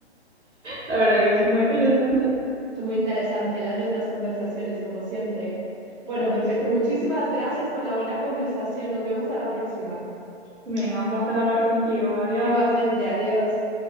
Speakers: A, on the right; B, on the right.
A: La verdad que sí, muy interesante.
B: Muy interesante las nuestras conversaciones, como siempre. Bueno,
A: Como
B: perfecto.
A: si...
B: Muchísimas gracias por la buena conversación. Nos vemos a la próxima.
A: Venga, un placer hablar contigo. Adiós.
B: Igualmente, adiós.